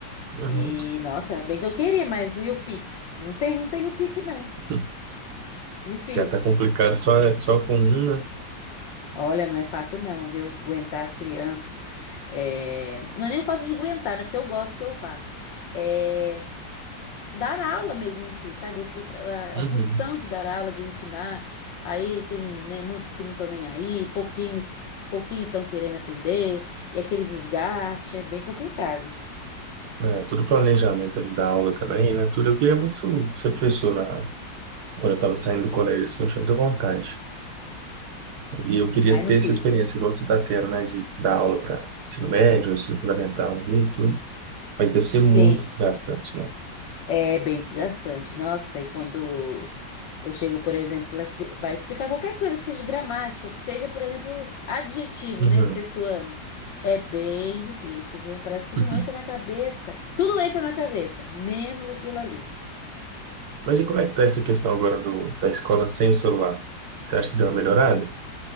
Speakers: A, on the right (about 65°); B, on the left (about 80°).
A: Uhum.
B: E, nossa, bem que eu queria, mas e o pique? Não tem, não tem o pique, não.
A: <laughs>
B: Difícil.
A: Já tá complicado só, só com um, né?
B: Olha, não é fácil, não, viu? Aguentar as crianças. É, Não é nem o fato de aguentar, né? Porque eu gosto do que eu faço. É dar aula mesmo em si, sabe? O- o tra-
A: Uhum.
B: a a função de dar aula, de ensinar. Aí tem, né, muitos que não estão nem aí, pouquinhos, pouquinho estão querendo aprender, e aquele desgaste é bem complicado.
A: É, tudo planejamento ali da aula também, né? Tudo. Eu queria muito ser professor na... quando eu tava saindo do colégio, assim, eu tinha muita vontade. E eu queria
B: Aí não
A: ter
B: quis.
A: essa experiência igual você está tendo, né? De dar aula para ensino médio, ensino fundamental e tudo. Mas deve ser muito
B: Sim.
A: desgastante, né?
B: É bem desgastante. Nossa, e quando eu chego, por exemplo, para explicar qualquer coisa, seja de gramática, que seja, por exemplo, adjetivo,
A: Uhum.
B: né? Sexto ano. É bem difícil, viu? Parece que
A: Uhum.
B: não entra na cabeça. Tudo entra na cabeça, menos aquilo ali.
A: Mas e como é que tá essa questão agora do, da escola sem o celular? Você acha que deu uma melhorada?